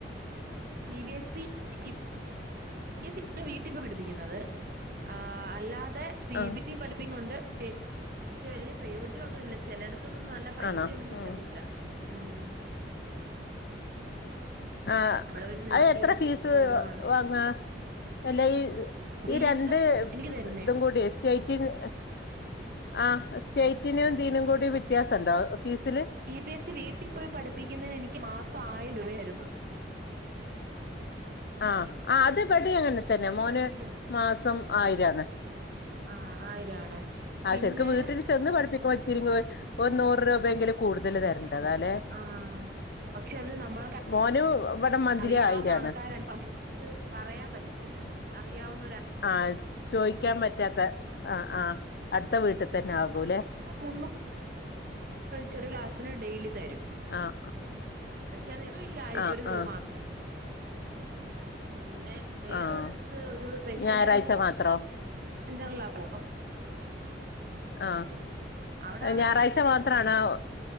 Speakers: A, on the right (about 50°); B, on the left (about 55°).
A: C B S E, C B S E വീട്ടിപോയി പഠിപ്പിക്കുന്നത്. ആ അല്ലാതെ സി
B: ആ
A: ബി <unintelligible> പഠിപ്പിക്കുന്നുണ്ട്. പക്ഷെ വലിയ പ്രയോജനം ഒന്നുമില്ല. ചേലെടത്തു തൊന്നും നല്ല പൈസയൊന്നും
B: ആണോ
A: കിട്ടത്തില്ല.
B: ഉം
A: മം.
B: ആ
A: നമ്മള് പിന്നെ നിവർത്തികേട്
B: അത് എത്ര ഫീസ്
A: പോവാണ്
B: വാങ്ങാ. എല്ലാ ഈ
A: ഫീസ്
B: ഈ രണ്ട്
A: എനിക്ക് തരുന്നയോ
B: ഇതും കൂടി സ്റ്റേറ്റന് ആ സ്റ്റേറ്റിനുംന്തീനും കൂടി വ്യത്യാസണ്ടോ ഫീസീല്
A: ബി ബി എസ് സി വീട്ടിൽ പോയി പഠിപ്പിക്കുന്നന് എനിക്ക് മാസം ആയിരം രൂപയുണ്ട് വീട്ടിൽ
B: ആ ആ അത് ഇബടീം അങ്ങനെ തന്നെ
A: പോയി
B: മോന്
A: പഠിപ്പിക്ക
B: മാസം ആയിരാണ്
A: ആ ആയിരാണൊ
B: ആഹ്
A: പിന്നെ
B: ശരിക്കും വീട്ടിൽ ചെന്ന് പഠിപ്പിക്കുമ്പോ ഇത്തിരിങ്ങ് ഒരു നൂറ് രൂപയെങ്കിലും കൂടുതൽ തരേണ്ടതാല്ലേ
A: ആ ആ പക്ഷെ അത് നമ്മള
B: മോന് ഇവിടെ മന്ത്ലി
A: അറിയാവുന്ന
B: ആയിരാണ്
A: ആൾക്കാര പടുത്ത് പറയാൻ പറ്റത്തില്ല അറിയാവുന്ന
B: ആ ചോയിക്കാൻ പറ്റാത്ത ആ ആ അടുത്ത വീട്ടിൽ തന്നെ ആകൂല്ലെ
A: ഒന്നും ചെറിയ ക്ലാസിന് ഡെയിലി തരും
B: ആഹ്
A: പക്ഷെ അത് എന്നു ഇല്ല ആഴച
B: ആഹ്
A: ഒരു
B: ആഹ്
A: മാത്ര ഒള്ളൂ പിന്നെ വേറൊരിടുത്ത്
B: ആഹ്
A: ഒരു സ്പെഷ്യൽ
B: ഞായറാഴ്ച
A: ടൂറി
B: മാത്രോ
A: സെന്ററല്ലാ പോണ
B: ആ
A: അവിടെ
B: ഞായറാഴ്ച മാത്രണൊ